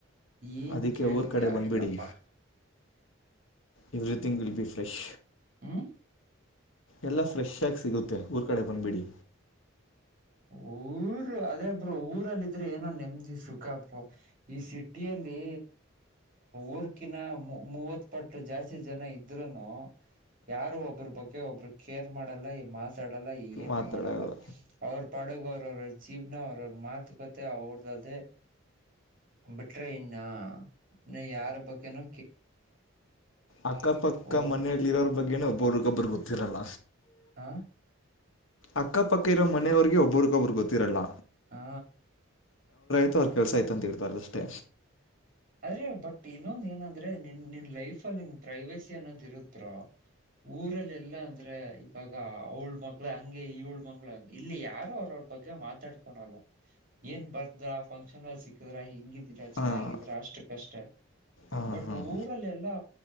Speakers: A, on the right (about 40°); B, on the left (about 70°).
A: ಏನ್
B: ಅದಕ್ಕೆ
A: ಕೇಳ್ತಯ
B: ಊರ ಕಡೆ ಬಂದುಬಿಡಿ
A: ಯಪ್ಪಾ
B: ಎವ್ರಿಥಿಂಗ್ ವಿಲ್ ಬಿ ಫ್ರೆಶ್
A: ಹ್ಮ್
B: ಎಲ್ಲಾ ಫ್ರೆಶ್ ಆಗಿ ಸಿಗುತ್ತೆ ಊರ್ ಕಡೆ ಬಂದ್ಬಿಡಿ
A: ಊ ರು ಅದೇ ಬ್ರೋ ಊರಲ್ಲಿ ಇದ್ರೆ ಏನೋ ನೆಮ್ಮದಿ ಸುಖ ಬ್ರೋ ಈ ಸಿಟಿಯಲ್ಲಿ ಊರ್ಕಿನ ಮೂವತ್ ಪಟ್ಟ ಜಾಸ್ತಿ ಜನ ಇದ್ರೂನು ಯಾರು ಒಬ್ಬ್ರ ಬಗ್ಗೆ ಒಬ್ರು ಕೇರ್ ಮಾಡಲ್ಲ ಈ ಮಾತಾಡಲ್ಲ ಏನು
B: ಮಾತಾಡಲ್ಲ
A: ಮಾಡಲ್ಲ ಅವ್ರ ಪಡಗವ್ರ ಅವ್ರ್ರ ಜೀವನ ಅವ್ರ ಅವ್ರ ಮಾತುಕತೆ ಅವ್ರ್ದದೇ ಬಿಟ್ರೆ ಇನ್ನ ಇನ್ನ ಯಾರ ಬಗ್ಗೆನು
B: ಅಕ್ಕಪಕ್ಕ
A: ಓ
B: ಮನೆಯಲ್ಲಿ ಇರೋರ ಬಗ್ಗೆನ ಒಬ್ಬ್ರಗೊಬ್ಬರಿಗೆ ಗೊತ್ತಿರಲ್ಲ
A: ಆ
B: ಅಕ್ಕಪಕ್ಕ ಇರೋ ಮನೆಯವ್ರಿಗೆ ಒಬ್ಬ್ರಗೊಬ್ಬ್ರಿಗೆ ಗೊತ್ತಿರಲ್ಲ
A: ಹಾ
B: ಅವ್ರ ಆಯ್ತು ಅವ್ರ ಕೆಲ್ಸ ಆಯ್ತು ಅಂತ ಇರ್ತಾರೆ ಅಷ್ಟೇ
A: ಅದೇ ಬಟ್ ಇನ್ನೊಂದ ಏನಂದ್ರೆ ನಿನ್ ನಿನ್ ಲೈಫ ಅಲ್ಲಿ ನಿನ್ ಪ್ರೈವೇಸಿ ಅನ್ನೋದ್ ಇರುತ್ತೆ ಬ್ರೋ ಊರಲ್ಲೆಲ್ಲಾ ಅಂದ್ರೆ ಇವಾಗ ಅವಳ್ ಮಗಳು ಹಂಗೆ ಇವಳ ಮಗಳು ಹಂಗೆ ಇಲ್ಲಿ ಯಾರೋ ಅವರ ಬಗ್ಗೆ ಮಾತಾಡ್ಕಲ್ಲ ಏನ್ ಬರ್ದ್ರ ಫಂಕ್ಷನ್ ಅಲ್ಲಿ ಸಿಕ್ಕಿದ್ರ ಹೆಂಗಿ ರ ಚೆನ್ನಾಗಿದ್ದೀರಾ
B: ಹಾಂ
A: ಅಷ್ಟಕ್ಕಷ್ಟೇ
B: ಹಾಂ
A: ಬಟ್
B: ಹಾಂ
A: ಊರಲ್ಲ ಎಲ್ಲಾ